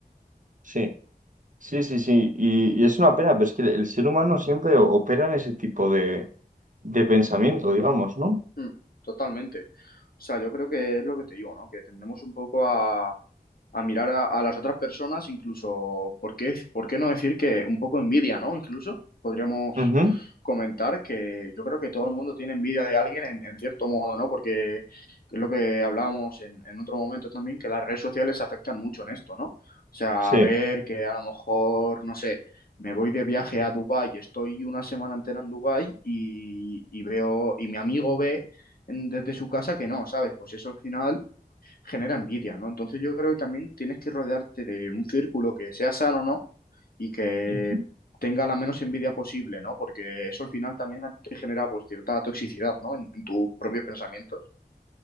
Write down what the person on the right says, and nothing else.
sí, sí, sí, sí. Y, y es una pena, pero es que el ser humano siempre o- opera en ese tipo de, de pensamiento, digamos, ¿no?
Ujú,
Sí,
Ujú.